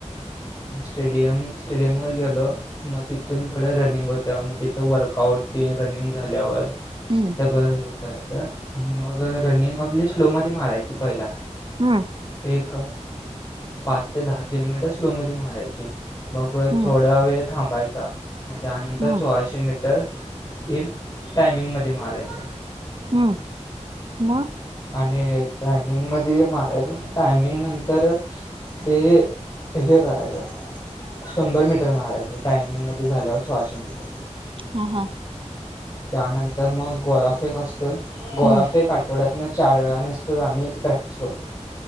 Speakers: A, on the left; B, on the right.
A: स्टेडियम स्टेडियम वर गेलो, मग तिथून पुढ रनिंग होतं, मग तिथं वर्कआउट ते रनिंग झाल्यावर
B: हम्म
A: सगळं ह्यो करायचं मग रनिंग आपली स्लो मध्ये मारायची पहिला
B: हम्म
A: एक पाच ते दहा किलोमीटर स्लो मध्ये मारायची मग
B: हम्म
A: थोडा वेळ थांबायचा, मग त्यानंतर
B: हम्म
A: सोळाशे मीटर इम टायमिंग मध्ये मारायच.
B: हम्म, म
A: आणि टायमिंग मध्ये मारायचं मग टायमिंग नंतर ते. ते हे करायचा. शंभर मीटर मारायचं टायमिंग मध्ये झालं सोळाशे मीटर.
B: हां हम्म.
A: त्यानंतर मग गोळाफेक असतो
B: हम्म
A: गोळाफेक आठवड्यात न. चार वेळा नुसतच आम्ही प्रॅक्टिस करतो.